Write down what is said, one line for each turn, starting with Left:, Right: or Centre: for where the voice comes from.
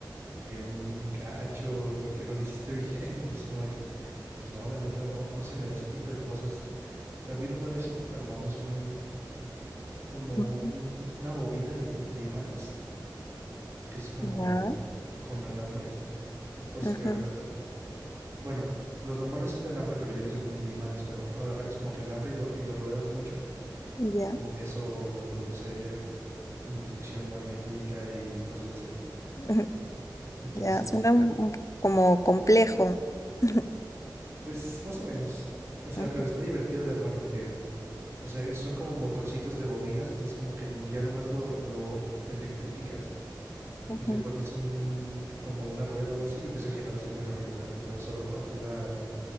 Right: bien gacho, ¿por qué no lo hiciste bien? <laughs> Y yo es como de que, pues no, la neta, no, no se me da ese tipo de cosas. También una vez int- armamos un, como
Left: Ujú.
Right: un, una bobina de, im- de imanes, que es como
Left: Ya.
Right: con alambre, que, o sea,
Left: Ujú.
Right: que agarras, al- bueno, los normales son de alambre, pero yo lo hice con mi- de imanes, pero agarras como que alambre y lo, y lo ruedas mucho,
Left: Ya.
Right: y como que eso produce inducción magnética y cosas así.
Left: <laughs> Ujú.
Right: Ent- Entonces,
Left: Ya. Suena un- un- como complejo. <laughs>
Right: pues más o menos, o sea,
Left: Ujú,
Right: pero está divertido de armar porque, o sea, son como motorcitos de bobinas, entonces como que ya nomás lo, lo electrificas
Left: ujú.
Right: y le pones un como una rueda o algo así y empieza a girar así muy rápido, muy rápido, solo a pura